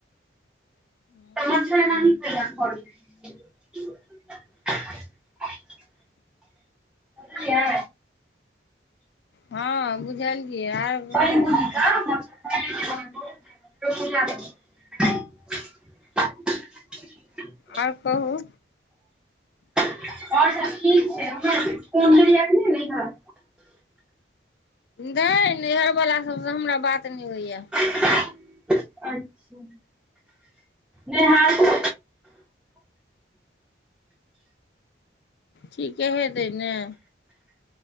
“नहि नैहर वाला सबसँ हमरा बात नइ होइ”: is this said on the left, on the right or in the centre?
Left